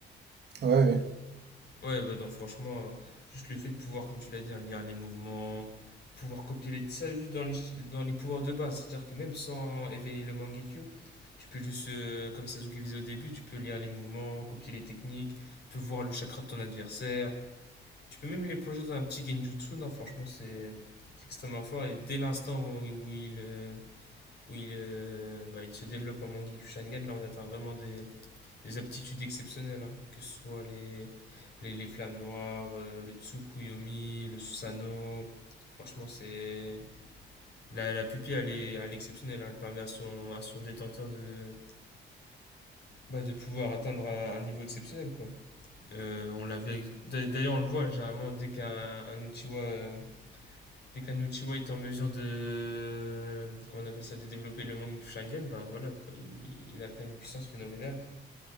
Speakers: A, on the right (about 55°); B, on the left (about 55°).
A: euh, Ouais, ouais.
B: Ouais, bah donc franchement, euh, juste le fait de pouvoir, comme tu l'as dit, hein, lire les mouvements, pouvoir copier les- ça juste dans les, dans les pouvoirs de base. C'est-à-dire que même sans éveiller le Mangekyu, tu peux juste, euh, comme Sasuke faisait au début, tu peux lire les mouvements, copier les techniques, tu peux voir le chakra de ton adversaire. Tu peux même les plonger dans un petit genjutsu, non, franchement, c'est c'est extrêmement fort. Et dès l'instant où, où il, euh, où il, euh, bah, il se développe en Mangekyou Sharingan, là, on atteint vraiment des, des aptitudes exceptionnelles, hein, que ce soit les, les, les flammes noires, euh, le Tsukuyomi, le Susanoo. Franchement, c'est. La, la pupille, elle est, elle est exceptionnelle. hein. Elle permet à son, à son détenteur de, bah, de pouvoir atteindre un, un niveau exceptionnel, quoi. Euh, on l'avait. D'ailleurs, on le voit, généralement, dès qu'un un Uchiwa euh, dès qu'un Uchiwa est en mesure de comment on appelle ça de développer le Mangekyou Sharingan bah voilà quoi, il, il atteint une puissance phénoménale